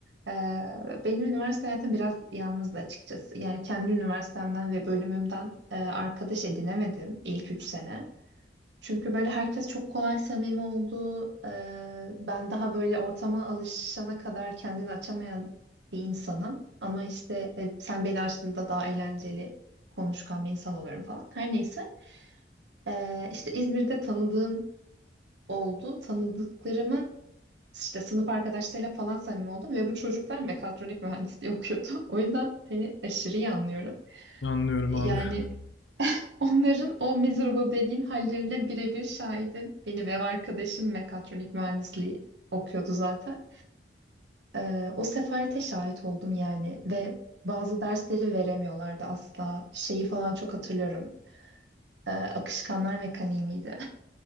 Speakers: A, on the right (about 75°); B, on the left (about 80°).
A: Ee, benim üniversite hayatım biraz yalnızdı açıkçası. Yani kendi üniversitemden ve bölümümden e, arkadaş edinemedim ilk üç sene. Çünkü böyle herkes çok kolay samimi oldu. Ee, ben daha böyle ortama alışana kadar kendini açamayan bir insanım. Ama işte e, sen beni açtığında daha eğlenceli konuşkan bir insan oluyorum falan. Her neyse. Ee, işte İzmir'de tanıdığım oldu. Tanıdıklarımın işte sınıf arkadaşlarıyla falan samimi oldum ve bu çocuklar mekatronik mühendisliği okuyordu. <laughs> O yüzden seni aşırı iyi anlıyorum.
B: Anlıyorum
A: Yani
B: abi. <laughs>
A: onların o miserable dediğin hallerine birebir şahidim. Benim ev arkadaşım mekatronik mühendisliği okuyordu zaten. Ee, o sefalete şahit oldum yani ve bazı dersleri veremiyorlardı asla. Şeyi falan çok hatırlıyorum. Ee, akışkanlar mekaniği miydi?